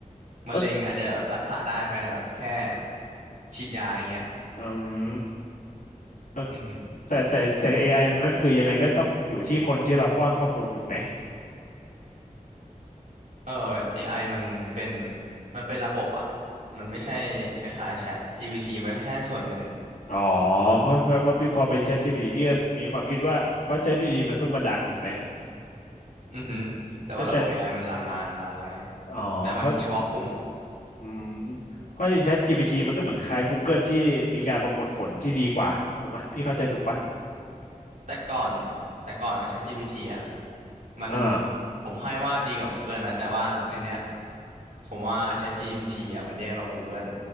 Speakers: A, on the right; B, on the left.
A: มะเร็งอาจจะแบบรักษาได้ภายในแบบแค่
B: ก็
A: ฉีดยาอย่างเงี้ย
B: อืมเออ
A: อือฮึ
B: แต่แต่แต่ AI มันก็คือยังไงก็ต้องอยู่ที่คนที่เราป้อนข้อมูลถูกไหม
A: เออ AI มันเป็นมันเป็นระบบอะมันไม่ใช่คล้ายๆแชท GPT มันก็แค่ส่วนหนึ่ง
B: อ๋อเพราะเพราะเพราะพี่พอเป็น ChatGPT พี่ก็มีความคิดว่าเพราะ ChatGPT มันเพิ่งมาดังถูกไหม
A: อือฮึแต่ว่าระบบ
B: แต่แต่
A: AI มันลังมานานแล้วไง
B: อ๋อเพราะ
A: แต่มันเฉพาะกลุ่ม
B: อืมเพราะจริง ChatGPT มันก็เหมือนคล้ายๆ Google ที่มีการประมวลผลที่ดีกว่าถูกไหมพี่เข้าใจถูกปะ
A: แต่ก่อนแต่ก่อนอะ ChatGPT อะมัน
B: อ่า
A: ผมให้ว่าดีกว่า Google นะแต่ว่าเดี๋ยวเนี้ย ผมว่า ChatGPT อ่ะมันแย่กว่า Google